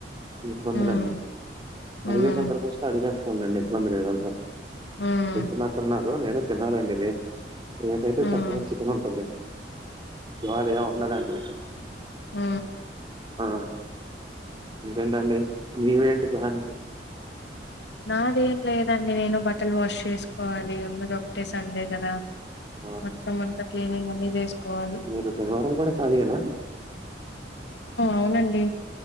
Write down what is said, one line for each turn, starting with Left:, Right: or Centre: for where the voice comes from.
Right: ఈ ఇబ్బందులన్నీ
Left: హ్మ్. హ్మ్.
Right: అడిగే సందర్భం అడిగేస్తానులెండి ఇబ్బంది లేదు అందులో
Left: హ్మ్.
Right: తిన్నట్టున్నారు నేను తినాలండిరి రేపైతే
Left: హ్మ్.
Right: చక్కగా చికెన్ ఉంటది ఇవాళ ఏం ఉండదు అండి
Left: ఊ
Right: ఆ ఇకేంటండి నీవేంటి ప్లాన్స్
Left: నాదేం లేదండి నేను బట్టలు వాష్ చేసుకోవాలి ఉన్నది ఒకటే సండే కదా
Right: ఆ
Left: మొత్తం అంతా క్లీనింగ్ అన్ని చేసుకోవాలి
Right: మీరు శనివారం కూడా కాలియేన
Left: అవునండి